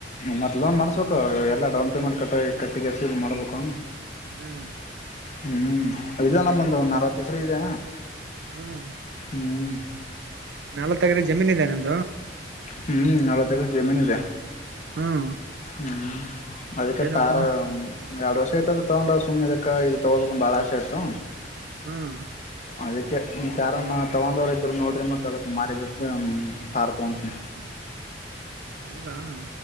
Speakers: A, on the left; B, on the right.
A: ಮತ್ತ ಲೋನ್ ಮಾಡ್ಸಬೇಕು ಎಲ್ಲ ಡೌನ್ ಪೇಮೆಂಟ್ ಕಟ್ಟ ಕಟ್ಟಿಗೆಸಿ ಮಾಡ್ಬೇಕು
B: ಹ್ಮ್
A: ಹ್ಮ್ ಇದಲ್ಲ ಮುಂದ ಒ ನಾಲ್ವತ್ತು ಎಕರೆ ಇದೆ
B: ಹ್ಮ್
A: ಹ್ಮ್
B: ನಾಲ್ ತಗ್ರೆ ಜಮೀನ್ ಇದೇ <inaudible>
A: ಹ್ಮ್ ನಾಲವತ್ತು ಎಕ್ರೆ ಜಮೀನು ಇ ದೆ
B: ಹ್ಮ್
A: ಹ್ಮ್ ಅದಕ್ಕೆ
B: ಏನಪ್ಪಾ
A: ತಾರ ಎರಡು ವರ್ಷ ಐತ ತಗೊಂಡ ಇದಕ್ಕೆ ಇದು ತೊಗೋಬೇಕ ಅಂತ ಬಾಳ ಆಸೆ ಇತ್ತು
B: ಹ್ಮ್
A: ಅದಕ್ಕೆ ಕಾರಾರನ್ನು ತಗೊಂಡವರು ಇದ್ದರು ನೋಡಿರಿ ಮತ್ತು ಅದಕ್ಕೆ ಮಾರಿಬಟ್ಟು ತಾರ ತಗೋತೀನಿ
B: ಹೌದಾ ಆ